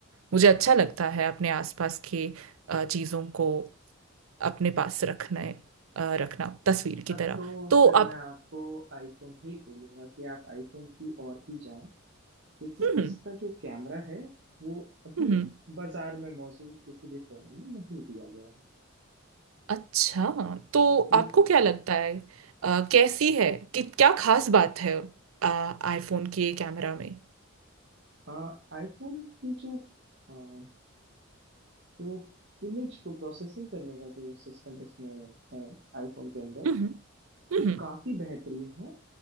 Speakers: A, on the right; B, on the right.
A: मुझे अच्छा लगता है अपने आसपास की अ, चीजों को अपने पास रखना अ, रखना तस्वीर
B: तब
A: की तरह
B: तो
A: तो
B: फिर
A: आप
B: मैं आपको आईफोन ही बोलूंगा कि आप आईफोन की ओर ही जाएं क्योंकि
A: हम्म
B: इसका जो कैमरा है वो अभी
A: हम्म
B: बाजार में मौजूद किसी भी फोन में नहीं दिया गया है
A: अच्छा तो
B: बिल्कुल
A: आपको क्या लगता है अ, कैसी है कि क्या खास बात है आईफोन के कैमरा में
B: आ, आईफोन की जो अ, जो इमेज को प्रोसेसिंग करने का जो सिस्टम इसमें है आईफोन के अंदर
A: हम्म हम्म
B: वो काफी बेहतरीन है